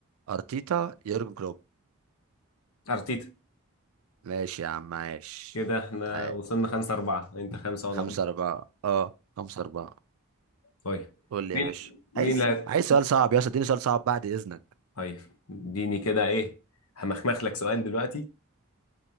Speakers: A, on the right; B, on the left.
A: ارتيتا يورجن كلوب
B: أرتيتا
A: ماشي يا عم عايش
B: كده احنا
A: عايش.
B: وصلنا خمسة أربعة أنت خمسة وأنا
A: خمسة
B: أربعة
A: أربعة اه خمسة أربعة
B: طيب
A: قول لي يا
B: مين
A: باشا عايز
B: مين اللي هت-
A: عايز سؤال صعب يا اسطى اديني سؤال صعب بعد إذنك
B: طيب اديني كده إيه همخمخ لك سؤال دلوقتي